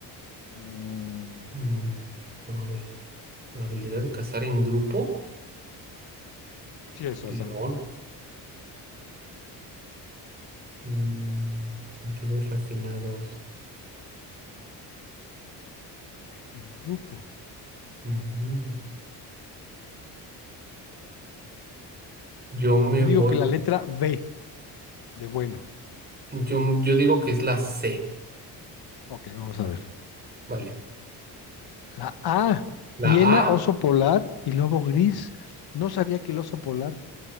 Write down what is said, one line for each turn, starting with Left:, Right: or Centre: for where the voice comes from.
Left: Mm,
Right: Mm, a ver, habilidad de cazar en grupo,
Left: sí, eso,
Right: león,
Left: o sea,
Right: Mm, sentidos refinados.
Left: en grupo.
Right: Ujú. Yo me
Left: Yo digo
Right: voy,
Left: que la letra B de bueno.
Right: yo, yo digo que es la C,
Left: Ok, vamos a ver.
Right: vale.
Left: La A, hiena,
Right: La A,
Left: oso polar y lobo gris. No sabía que el oso polar.